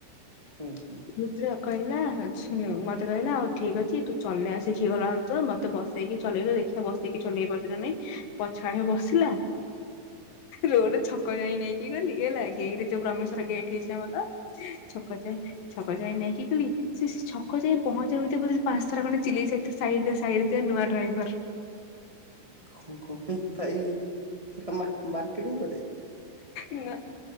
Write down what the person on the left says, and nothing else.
ରୁଦ୍ରା କହିଲା ଝିଅ ମତେ କହିଲା ଆଉ ଠିକ୍ ଅଛି ତୁ ଚଲା ଶିଖିଗଲାଣୁ ତ ମ ତ ବସେଇକି ଚଲେଇଲ ଦେଖିବା ବସେଇକି ଚଲେଇ ପାରୁଚିନା ନାଇଁ ପଛା ଆଡେ ବସିଲା। ରୋଡ ଛକ ଯାଇ ନେଇକି ଗଲି ଗେଟ ଯୋଉ ବ୍ରମସ୍। ପୁରା ଗେଟ ହିସାବର ଛକ ଯାଏ ଛକ ଯାଏ ନେଇକି ଗଲି ସେ ଛକ ଯାଏ। ପହଁଞ୍ଚିବା ଭିତରେ ବୋଧେ ପାଞ୍ଚଥର ଖଣ୍ଡେ ଚିଲେଇ ସାଇଥିବ ସାଇଟ୍ ଦିଅ ସାଇଟ୍ ଦିଅ ନୂଆ ଡ୍ରାଇଭର।
ନା